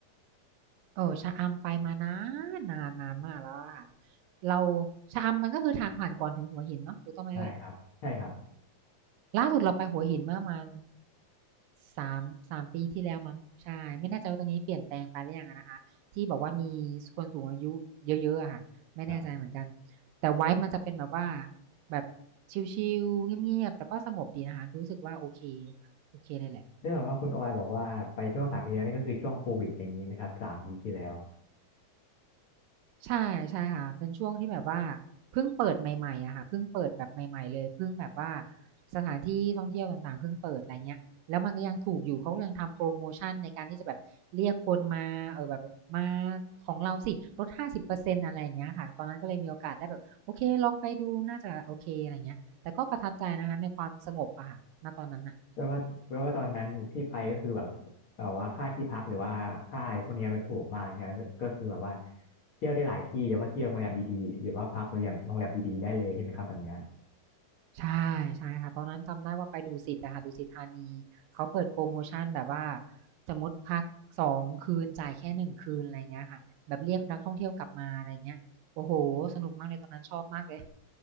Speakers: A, on the right; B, on the left.
A: เออชะอำไปมานานนานนานมากแล้วอะค่ะเราชะอำมันก็คือทางผ่านก่อนถึงหัวหินเนาะถูกต้องไหมเอ่ย
B: ใช่ครับใช่ครับ
A: ล่าสุดเราไปหัวหินเมื่อมานสามสามปีที่แล้วมั้งใช่ไม่แน่ใจว่าตรงนี้เปลี่ยนแปลงไปหรือยังอะนะคะที่บอกว่ามีคนสูงอายุเยอะๆอะค่ะไม่แน่ใจเหมือนกัน
B: ครับ
A: แต่ไว้มันจะเป็นแบบว่าแบบชิลๆเงียบๆแต่ก็สงบดีนะคะรู้สึกว่าโอเคโอเคเลยแหละ
B: ได้แบบว่าคุณออยบอกว่าไปช่วงสามปีที่แล้วนี่ก็คือช่วงโควิดอย่างนี้ไหมครับสามปีที่แล้ว
A: ใช่ใช่ค่ะเป็นช่วงที่แบบว่าเพิ่งเปิดใหม่ๆอะค่ะเพิ่งเปิดแบบใหม่ๆเลยเพิ่งแบบว่าสถานที่ท่องเที่ยวต่างๆเพิ่งเปิดอะไรเงี้ยแล้วมันก็ยังถูกอยู่เขาก็ยังทำโพรโมชันในการที่จะแบบเรียกคนมาเอ่อแบบแบบมาของเราสิลด50%อร์เซ็นต์อะไรอย่างเงี้ยค่ะตอนนั้นก็เลยมีโอกาสได้แบบโอเคลองไปดูน่าจะโอเคอะไรเงี้ยแต่ก็ประทับใจนะคะในความสงบอะค่ะณตอนนั้นน่ะ
B: แปลว่าแปลว่าตอนนั้นที่ไปก็คือแบบแบบว่าค่าที่พักหรือว่าค่าพวกเนี้ยมันถูกมากใช่ไหมก็คือแบบว่าเที่ยวได้หลายที่เดี๋ยวว่าเที่ยวโรงแรมดีๆเดี๋ยวว่าพักโรงแรมโรงแรมดีๆได้เลยใช่ไหมครับแบบเนี้ย
A: ใช่ใช่ค่ะตอนนั้นจำได้ว่าไปดุสิตอะค่ะดุสิตธานีเขาเปิดโพรโมชันแบบว่าสมมุติพักสองคืนจ่ายแค่หนึ่งคืนอะไรเงี้ยค่ะแบบเรียกนักท่องเที่ยวกลับมาอะไรเงี้ยโอ้โฮสนุกมากเลยตอนนั้นชอบมากเลย